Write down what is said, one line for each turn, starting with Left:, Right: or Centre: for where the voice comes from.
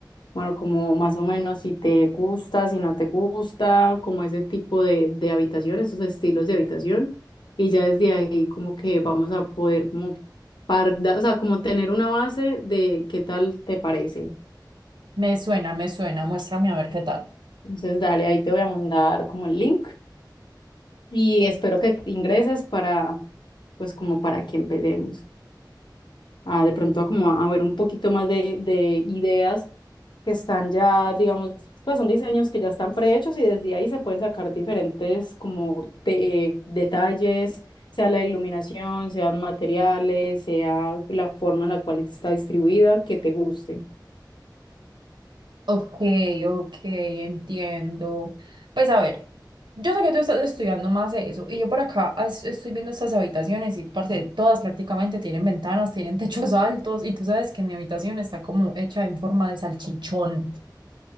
Left: bueno, como más o menos si te gusta, si no te gusta, como ese tipo de, de habitación, esos estilos de habitación. Y ya desde ahí como que vamos a poder como parda, o sea, como tener una base de qué tal te parece.
Right: Me suena, me suena, muéstrame a ver qué tal.
Left: Entonces, dale, ahí te voy a mandar como el link y espero que ingreses para, pues como para que empecemos. a de pronto a como a, a ver un poquito más de, de ideas que están ya, digamos, pues son diseños que ya están prehechos y desde ahí se pueden sacar diferentes como te- eh, detalles, sea la iluminación, sean materiales, sea la forma en la cual está distribuida, que te guste.
Right: Ok, ok, entiendo. Pues a ver, yo sé que tú estás estudiando más de eso y yo por acá as- estoy viendo estas habitaciones y parte todas prácticamente tienen ventanas, tienen <laughs> techos altos y tú sabes que mi habitación está como hecha en forma de salchichón.